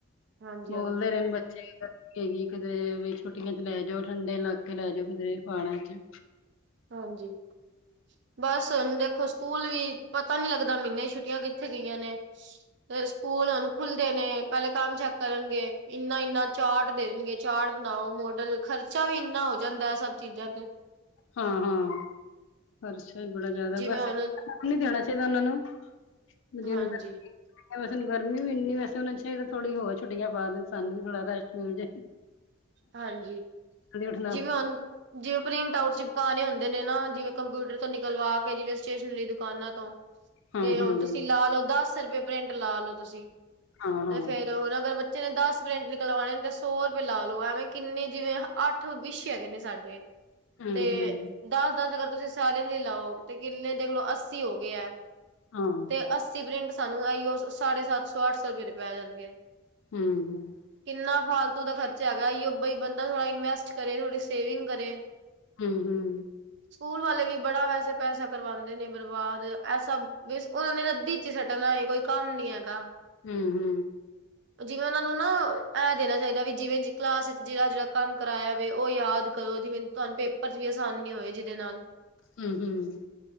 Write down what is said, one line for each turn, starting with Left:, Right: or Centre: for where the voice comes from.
Right: ਹਾਂਜੀ
Left: ਬੋਲਦੇ
Right: ਹਾਂਜੀ
Left: ਰਹਿਣ ਬੱਚੇ ਕੀ ਕਰਨ।, ਹੈਗੀ ਕਿਧਰੇ ਵੀ ਛੁੱਟੀਆਂ ਚ ਲੈ ਜਾਓ ਠੰਡੇ ਇਲਾਕੇ ਲੈ ਜਾਓ ਕਿਧਰੇ ਪਹਾੜਾਂ 'ਚ।
Right: ਹਾਂਜੀ। ਬਸ ਹੁਣ ਦੇਖੋ ਸਕੂਲ ਵੀ ਪਤਾ ਨੀ ਲੱਗਦਾ ਮਹੀਨੇ ਛੁੱਟੀਆਂ ਕਿੱਥੇ ਗਈਆ ਨੇ। ਸਕੂਲ ਹੁਣ ਖੁੱਲਦੇ ਨੇ ਪਹਿਲੇ ਕੰਮ ਚੱਕ ਕਰਨਗੇ ਇੰਨਾ- ਇੰਨਾ। ਚਾਟ ਦੇਣਗੇ ਚਾਟ ਬਣਾਓ ਮੋਡਲ ਖ਼ਰਚਾ ਵੀ ਇੰਨਾ ਹੋ ਜਾਂਦਾ ਹੈ ਸਭ ਚੀਜ਼ਾਂ ਤੇ।
Left: ਹਾਂ-ਹਾਂ, ਖ਼ਰਚਾ ਹੀ ਬੜਾ ਜ਼ਿਆਦਾ
Right: ਜਿਵੇਂ
Left: ਵੈਸੇ।
Right: ਹੁਣ
Left: ਨੀ ਦੇਣਾ ਚਾਹੀਦਾ ਉਹਨਾਂ ਨੂੰ, ਜਿਹਨੂੰ
Right: ਹਾਂਜੀ
Left: ਫੇਰ, ਨਾਲੇ ਵੈਸੇ ਗਰਮੀ ਵੀ ਇਨੀ ਵੈਸੇ ਹੁਣ ਸ਼ਾਇਦ ਥੋੜੀਆ ਛੁੱਟੀਆਂ ਪਾ ਦੇਣ ਸਾਨੂੰ ਵੀ ਥੋੜਾ ਰੈਸਟ ਮਿਲ ਜਾਏ।
Right: ਹਾਂਜੀ,
Left: ਉੱਠਣਾ
Right: ਜਿਵੇਂ ਹੁਣ ਜਿਵੇਂ ਪ੍ਰਿੰਟ ਆਊਟ ਚ, ਕਾਨੇ ਹੁੰਦੇ ਨੇ ਨਾ ਜਿਵੇਂ ਕੰਪਿਊਟਰ ਤੋਂ ਨਿਕਲਵਾ ਕੇ ਜਿਵੇਂ ਸਟੇਸ਼ਨਰੀ ਦੁਕਾਨਾਂ ਤੋਂ।
Left: ਹੂੰ
Right: ਤੇ
Left: ਹੂੰ
Right: ਹੁਣ ਤੁਸੀਂ ਲਾ ਲਓ ਦਸ ਰੁਪਏ ਪ੍ਰਿੰਟ ਲਾ ਲਓ ਤੁਸੀਂ
Left: ਹਾਂ ਹਾਂ
Right: ਤੇ ਫੇਰ ਹੁਣ ਅਗਰ ਬ ਬੱਚੇ ਨੇ ਦਸ ਪ੍ਰਿੰਟ ਨਿਕਲਵਾਉਣੇ ਨੇ ਤਾਂ ਸੌ ਰੁਪਏ ਲਾ ਲਓ ਐ, ਮੈਂ ਕਿੰਨੇ ਜਿਵੇਂ ਅੱਠ ਵਿਸ਼ੇ ਹੈਗੇ ਨੇ ਸਾਡੇ,
Left: ਹੂੰ
Right: ਤੇ।
Left: ਹੂੰ
Right: ਦਸ-ਦਸ ਅਗਰ ਤੁਸੀਂ ਸਾਰੇ ਲਈ ਲਾਓ ਤੇ ਕਿੰਨੇ ਦੇਖ ਲਓ ਅੱਸੀ ਹੋ ਗਏ ਹੈ,
Left: ਹਾਂ ਹੂੰ
Right: ਤੇ ਅੱਸੀ ਪ੍ਰਿੰਟ ਸਾਨੂੰ ਇਹੀਓ ਸਾਢੇ ਸੱਤ ਸੌ ਅੱਠ ਸੌ ਰੁਪਏ ਦੇ ਪੈ ਜਾਣਗੇ।
Left: ਹੂੰ।
Right: ਕਿੰਨਾ ਫਾਲਤੂ ਦਾ ਖ਼ਰਚਾ ਹੈਗਾ ਇਹੀਓ ਬਈ ਬੰਦਾ ਥੋੜ੍ਹਾ ਇਨਵੈਸਟ ਕਰੇ ਥੋੜ੍ਹੀ ਸੇਵਿੰਗ ਕਰੇ।
Left: ਹੂੰ-ਹੂੰ।
Right: ਸਕੂਲ ਵਾਲੇ ਵੀ ਬੜਾ ਵੈਸੇ ਪੈਸਾ ਕਰਵਾਉਂਦੇ ਨੇ ਬਰਬਾਦ ਇਹ ਸਭ, ਬਸ ਉਹਨਾ ਨੇ ਰੱਦੀ ਚ ਹੀ ਸੁੱਟਣਾ ਏ ਕੋਈ ਕੰਮ ਨੀ ਹੈਗਾ।
Left: ਹੂੰ।
Right: ਜਿਵੇਂ ਉਹਨਾਂ ਨੂੰ ਨਾ ਇਹ ਦੇਣਾ ਚਾਹੀਦਾ ਵੀ ਜਿਵੇਂ ਜੀ ਕਲਾਸ ਵਿੱਚ ਜਿਹੜਾ-ਜਿਹੜਾ ਕੰਮ ਕਰਾਇਆ ਵੇ ਉਹ ਯਾਦ ਕਰੋ ਜਿਵੇਂ ਤੁਹਾਨੂੰ ਪੇਪਰ ਚ ਵੀ ਅਸਾਨੀ ਹੋਏ ਜਿਹਦੇ ਨਾਲ।
Left: ਹੂੰ-ਹੂੰ,